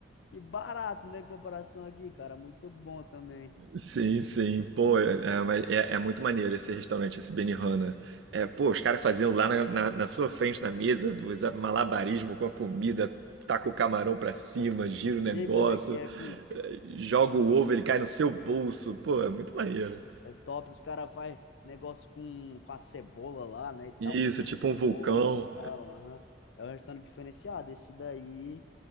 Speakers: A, on the left (about 75°); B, on the right (about 75°).
A: e barato, né? em Comparação aqui, cara, muito bom também.
B: Sim, sim. Pô, é, é, mas é- é muito maneiro esse restaurante, esse Benihana. É, pô, os caras fazendo lá na, na- na sua frente, na mesa, os malabarismo com a comida, taca o camarão pra cima, gira o
A: Sei
B: negócio,
A: como é que é com
B: é, joga o ovo, ele cai no seu bolso. Pô, é muito maneiro.
A: É top, os caras fazem negócio com, com a cebola lá, né, e tal,
B: Isso,
A: pegando
B: tipo um vulcão.
A: fogo e tal, aham. É um restaurante diferenciado, esse daí...